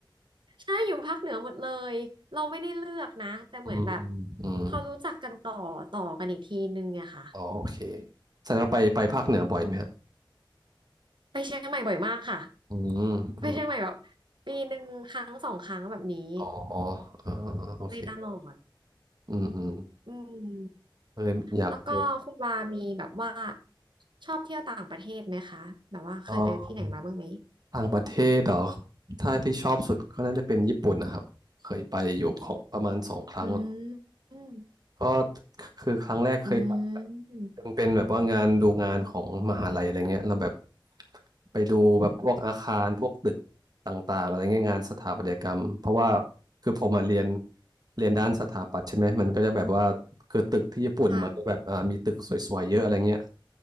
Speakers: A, on the right (about 65°); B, on the right (about 50°).
A: ใช่อยู่ภาคเหนือหมดเลยเราไม่ได้เลือกนะแต่เหมือนแบบ
B: อืมอืมอืม
A: เขารู้จักกันต่อต่อกันอีกทีนึงอะค่ะ
B: อ๋อโอเคแสดงว่าไปไปภาคเหนือบ่อยไหมฮะ
A: ไปเชียงใหม่บ่อยมากค่ะ
B: อืมอืม
A: ไปเชียงใหม่แบบปีหนึ่งครั้งสองครั้งแบบนี้
B: อ๋ออ๋อออโอเค
A: ไปตลอด
B: อืมอืม
A: อืม
B: เลยอยากยก
A: แล้วก็คุณวามีแบบว่าชอบเที่ยวต่างประเทศไหมคะแบบว่าเคยไปที่ไหนมาบ้างไหม
B: เออต่างประเทศเหรอถ้าที่ชอบสุดก็น่าจะเป็นญี่ปุ่นนะครับเคยไปอยู่ของประมาณสองครั้ง
A: อืมอืม
B: ก็คือครั้งแรกเคยไป
A: อืม
B: มันเป็นแบบว่างานดูงานของมหาลัยอะไรเงี้ยเราแลบบไปดูแบบพวกอาคารพวกตึกต่างๆอะไรเงี้ยงานสถาปัตยกรรมเพราะว่าคือผมมาเรียนเรียนด้านสถาปัตย์ใช่ไหมมันก็จะแบบว่าคือตึกที่ญี่ปุ่นมันก็แบบอ่ามีตึกสวยๆเยอะอะไรเงี้ย
A: ค่ะ